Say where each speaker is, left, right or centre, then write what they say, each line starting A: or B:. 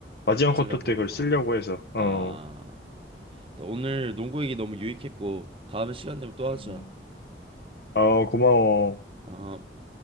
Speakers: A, on the left; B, on the right.
A: 마지막
B: 쓰려고.
A: 쿼터 때 그걸
B: 어,
A: 쓰려고 해서 어,
B: 아, 또 오늘 농구 얘기 너무 유익했고, 다음에 시간 되면 또
A: 음,
B: 하자.
A: 어 고마워.
B: 어.